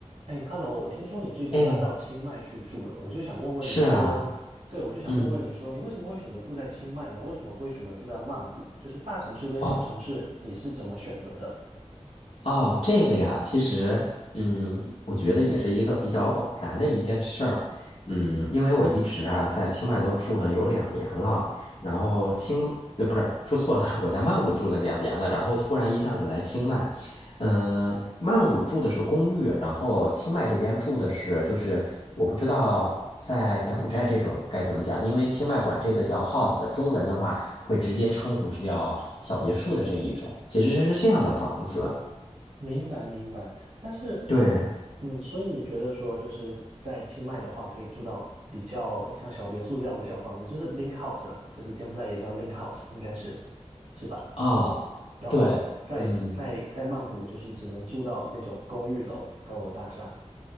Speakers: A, on the right (about 85°); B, on the left (about 60°).
A: 哎，Hello，我听说你最近搬到清迈去住了，
B: 哎，
A: 我就想问问你说，
B: 是啊，
A: 对，我就想问问你说，
B: 嗯，
A: 你为什么会选择住在清迈呢？为什么不会选择住在曼谷？就是大城市跟小城市，
B: 哦，
A: 你是怎么选择的？
B: 哦，这个呀，其实，嗯，我觉得也是一个比较偶然的一件事儿，嗯，因为我一直啊在清迈都住了有两年了，然后清，呃，不是，说错了，<laughs> 我在曼谷住了两年了，然后突然一下子来清迈，嗯、曼谷住的是公寓，然后清迈这边住的是，就是我不知道在柬埔寨这种该怎么讲，因为清迈管这个叫 house，中文的话会直接称呼是叫小别墅的这一种，其实是这样的房子。
A: 明白，明白。但是，
B: 对，
A: 嗯，所以你觉得说，就是在清迈的话，可以住到比较像小别墅这样的小房子，就是 link house 啦，就是柬埔寨也叫 link house，应该是，是吧？
B: 啊，
A: 然后在在在曼谷，
B: 对，嗯
A: 就是只能住到那种公寓楼、高楼大厦。